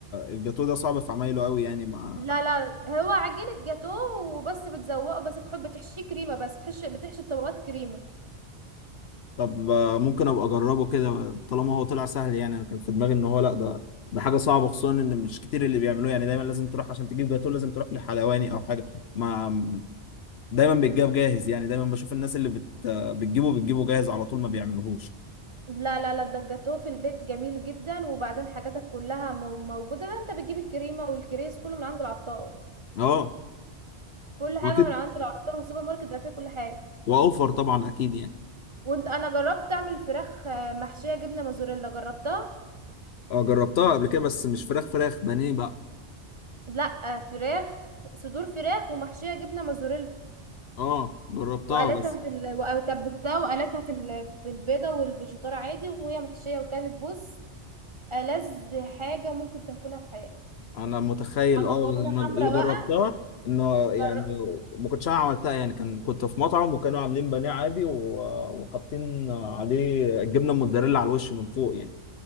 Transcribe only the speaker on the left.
الجاتو ده صعب في عمايله قوي يعني ما
طب آه، ممكن ابقى اجربه كده طالما هو طلع سهل يعني انا كان في دماغي ان هو لا ده ده حاجه صعبه خصوصا ان مش كتير اللي بيعملوه يعني دايما لازم تروح عشان تجيب جاتو لازم تروح لحلواني او حاجه ما دايما بيتجاب جاهز يعني دايما بشوف الناس اللي بت... آه، بتجيبه بتجيبه جاهز على طول ما بيعملوهوش
اه
وكده
واوفر طبعا اكيد يعني
اه جربتها قبل كده بس مش فراخ فراخ بانيه بقى
اه جربتها
بس
انا متخيل اه
بس أنا اللي
جربتها
انه
يعني ما كنتش انا عملتها يعني كان كنت في مطعم وكانوا عاملين بانيه عادي و- وحاطين عليه الجبنه الموتزاريلا على الوش من فوق يعني